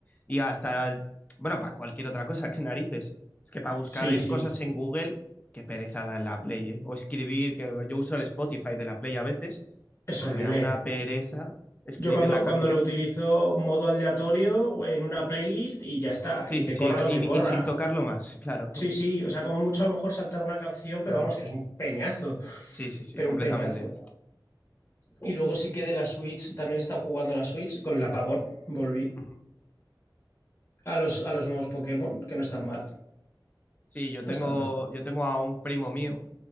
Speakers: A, on the left; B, on the left.
A: Y hasta, bueno, para cualquier otra cosa, <laughs> qué narices. Es que para buscar
B: Sí,
A: en
B: sí,
A: cosas en Google, qué pereza da en la Play, ¿eh? O escribir, que yo uso el Spotify de la Play a veces
B: es horrible.
A: y me da una pereza escribir
B: Yo cuando,
A: la canción.
B: cuando lo utilizo modo aleatorio en una playlist y ya está,
A: Sí,
B: y
A: sí,
B: que
A: sí,
B: corra
A: no,
B: lo
A: y,
B: que corra.
A: y sin tocarlo más, <laughs> claro.
B: Sí, sí, o sea, como mucho a lo mejor saltar una canción, pero
A: Ujú.
B: vamos, que es un peñazo,
A: Sí, sí, sí,
B: pero
A: completamente.
B: un peñazo. Y luego sí que de la Switch, también he estado jugando a la Switch con el apagón, volví
A: Ujú.
B: a los, a los nuevos Pokémon, que no están mal,
A: Sí, yo tengo,
B: no están mal,
A: yo tengo a un primo mío